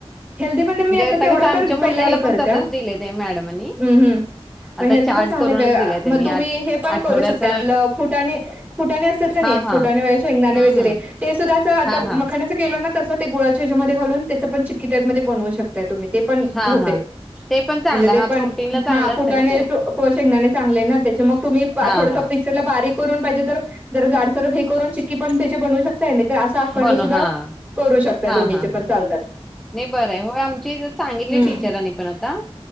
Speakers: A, on the right; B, in the centre.
A: हेल्दी मध्ये मी
B: म्हणजे
A: आता तेवढं
B: कसं आमच्या
A: तर
B: मुलग्याला
A: पहिला हे करत्या.
B: पण तसंच दिलंय त्या मॅडमांनी.
A: हम्म हम्म.
B: आता
A: म हेल्दी
B: चार्ट
A: पण चांगलं
B: करूनच
A: ग
B: दिलाय त्यांनी
A: म तुम्ही
B: आठ
A: हे पण
B: आठवड्याच
A: करू शकतायं, आपलं फुटाणे, फुटाणी असत्यात का नाही.
B: हा हा
A: फुटाणे, <unintelligible> शेंगदाणे
B: हम्म
A: वगैरे
B: हम्म
A: च आता
B: हा हा
A: मखानांचं केलं ना, तं ते गुळाच्या हेच्या मध्ये घालून त्याच पण चिक्की टाइपमध्ये बनवू शकता तूम्ही. ते पण
B: हा
A: होते.
B: हा ते पण चांगलं
A: म्हणजे ते
B: हा
A: पण
B: प्रोटीनला
A: हा
B: चांगलं असते
A: फुटाणे
B: ना ते
A: टू प शेंगदाणे चांगले ना, त्या मग तुम्ही
B: हा
A: थोडस
B: हा
A: पिक्सरला बारीक करून पाहिजे तर जर जाडसर हे. करून चिक्की पण त्या बनू शक ताई नाही त आसा अखंड
B: बनू
A: सुद्धा
B: हा
A: करू शकता
B: हा
A: दोन्हीचे
B: हा
A: पण
B: हा
A: चालतात.
B: नाही बरं हे होय आमचीज सांगितली
A: हम्म,
B: टीचरांनी पण आता.